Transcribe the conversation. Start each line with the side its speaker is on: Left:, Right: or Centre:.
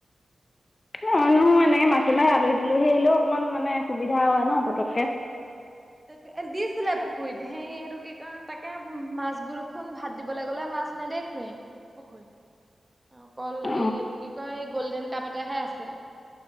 Left: অ, নহয় এনেকে মাজে মাৰি আলহী দিলোহি আহিলেও অকমান মানে সুবিধা হয় ন পতককে।
Right: দি আঁকে দিছ ছিলে পুখুৰীত। সেই এইটো কি কাৰ তাকে মাছবোৰ দেখোন ভাত দিবলৈ গ'লে মাছ নেদেখোৱে। পুখুৰী, অকল
Left: অ
Right: হেৰি এইটো কি কয় এই গল্ডেন কাপ এটাহে আছে।